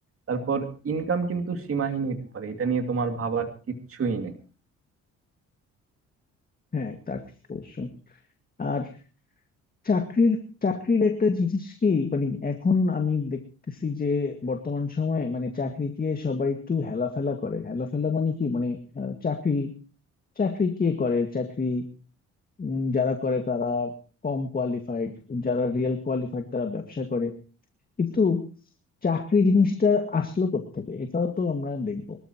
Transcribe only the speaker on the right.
তারপর ইনকাম কিন্তু সীমাহীন হতে পারে এটা নিয়ে তোমার ভাবার কিচ্ছুই নেই